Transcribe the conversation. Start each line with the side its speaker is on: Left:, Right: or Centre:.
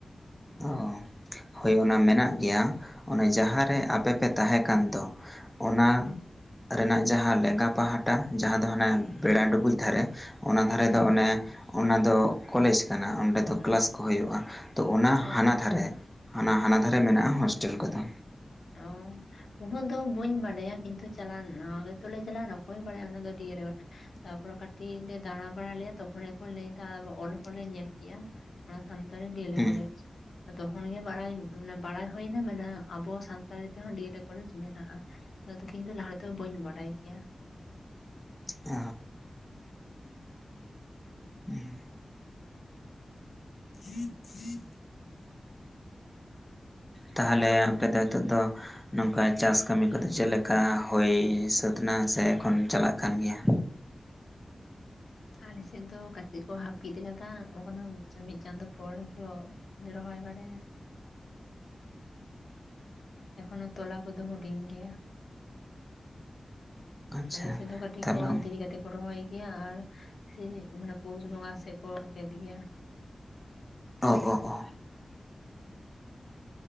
Centre: ᱚᱻ᱾ ᱦᱳᱭ ᱚᱱᱟ ᱢᱮᱱᱟᱜ ᱜᱮᱭᱟ, ᱚᱱᱮ ᱡᱟᱦᱟᱸᱨᱮ ᱟᱯᱮ ᱯᱮ ᱛᱟᱦᱮᱸ ᱠᱟᱱ ᱫᱚ ᱚᱱᱟ
Left: ᱦᱩᱸ
Centre: ᱨᱮᱱᱟᱜ ᱡᱟᱦᱟᱸ ᱞᱮᱸᱜᱟ ᱯᱟᱦᱴᱟ ᱡᱟᱦᱟᱸ ᱫᱚ ᱦᱟᱱᱮ ᱵᱮᱲᱟ ᱰᱩᱵᱩᱡ ᱫᱷᱟᱨᱮ᱾ ᱚᱱᱟ ᱫᱷᱟᱨᱮ
Left: ᱦᱩᱸ
Centre: ᱫᱚ ᱚᱱᱮ, ᱚᱱᱟ ᱫᱚ ᱠᱚᱞᱮᱡᱽ ᱠᱟᱱᱟ ᱚᱸᱰᱮ ᱫᱚ ᱠᱮᱞᱟᱥ ᱠᱚ ᱦᱩᱭᱩᱜ-ᱟ ᱛᱚ ᱚᱱᱟ
Left: ᱚ
Centre: ᱦᱟᱱᱟ ᱫᱷᱟᱨᱮ ᱦᱟᱱᱟ ᱦᱟᱱᱟ ᱫᱷᱟᱨᱮ ᱢᱮᱱᱟᱜ-ᱟ ᱦᱳᱥᱴᱮᱞ ᱠᱚᱫᱚ᱾
Left: ᱚᱻ᱾ ᱩᱱᱟᱹᱜ ᱫᱚ ᱵᱟᱹᱧ ᱵᱟᱰᱟᱭᱟ ᱠᱤᱱᱛᱩ ᱪᱟᱞᱟᱣ ᱱᱟᱣᱟ ᱜᱮ ᱛᱚ ᱞᱮ ᱪᱟᱞᱟᱣ ᱱᱟ, ᱚᱠᱚᱭᱮ ᱵᱟᱲᱟᱭᱟ ᱚᱱᱟ ᱫᱚ ᱰᱤᱭᱮᱞᱮᱴ ᱛᱟᱯᱚᱨᱮ ᱠᱟᱹᱴᱤᱡ ᱞᱮ ᱫᱟᱬᱟ ᱵᱟᱲᱟ ᱞᱮᱭᱟ ᱛᱚᱠᱷᱚᱱ ᱜᱮᱠᱚ ᱞᱟᱹᱭ ᱫᱟ ᱚᱞ ᱠᱚ ᱞᱮ ᱧᱮᱞ ᱠᱮᱜ-ᱟ᱾ ᱚᱱᱟ ᱥᱟᱱᱛᱟᱞᱤ ᱰᱤᱭᱮᱞᱮ
Centre: ᱦᱩᱸ
Left: ᱠᱚᱞᱮᱡᱽ ᱛᱚᱠᱷᱚᱱ ᱜᱮ ᱵᱟᱲᱟᱭ ᱵᱟᱲᱟᱭ ᱦᱩᱭᱱᱟ ᱢᱟᱱᱮ ᱟᱵᱚ ᱥᱟᱱ ᱥᱟᱱᱛᱟᱲᱤ ᱛᱮᱦᱚᱸ ᱰᱤ ᱮ ᱞᱮ ᱠᱚᱞᱮᱡᱽ ᱢᱮᱱᱟᱜ-ᱟ ᱱᱚᱣᱟ ᱫᱚ ᱠᱤᱱᱛᱩ ᱞᱟᱦᱟ ᱨᱮ ᱫᱚ ᱵᱟᱹᱧ ᱵᱟᱰᱟᱭ ᱠᱮᱭᱟ᱾
Centre: ᱚᱻ᱾ <unintelligible>
Left: <inaudible>
Centre: ᱛᱟᱦᱚᱸᱞᱮ ᱟᱯᱮ ᱫᱚ ᱦᱤᱛᱚᱜ ᱫᱚ ᱱᱚᱝᱠᱟ ᱪᱟᱥ ᱠᱟᱹᱢᱤ ᱠᱚᱫᱚ ᱪᱮᱫ ᱞᱮᱠᱟ ᱦᱩᱭ ᱥᱟᱹᱛ ᱮᱱᱟ ᱥᱮ ᱮᱠᱷᱚᱱ ᱪᱟᱞᱟᱜ ᱠᱟᱱ ᱜᱮᱭᱟ?
Left: ᱟᱞᱮ ᱥᱮᱫ ᱫᱚ ᱠᱟᱹᱴᱤᱡ ᱠᱚ ᱦᱟᱹᱯᱤᱫ ᱟᱠᱟᱫᱟ, ᱮᱠᱷᱚᱱᱚ ᱢᱤᱫ ᱪᱟᱸᱫᱳ ᱯᱚᱨ ᱦᱚᱸᱠᱚ ᱨᱚᱦᱚᱭ ᱵᱟᱲᱟᱭᱟ᱾ ᱮᱠᱷᱚᱱᱚ ᱛᱚᱞᱟ ᱠᱚᱫᱚ ᱦᱩᱰᱤᱧ ᱜᱮᱭᱟ᱾
Centre: ᱟᱪᱪᱷᱟ
Left: ᱟᱞᱮ ᱥᱮᱫᱚ ᱠᱟᱹᱴᱤᱡ
Centre: ᱛᱟᱦᱚᱞᱮ
Left: ᱠᱚ ᱫᱤᱨᱤ ᱠᱟᱛᱮ ᱨᱚᱦᱚᱭ ᱜᱮᱭᱟ ᱟᱨ, ᱥᱮ ᱢᱟᱱᱮ ᱯᱩᱥ ᱵᱚᱸᱜᱟ ᱥᱮᱫ ᱠᱚ ᱜᱮᱫ ᱜᱮᱭᱟ᱾
Centre: ᱚ-ᱚ-ᱚ᱾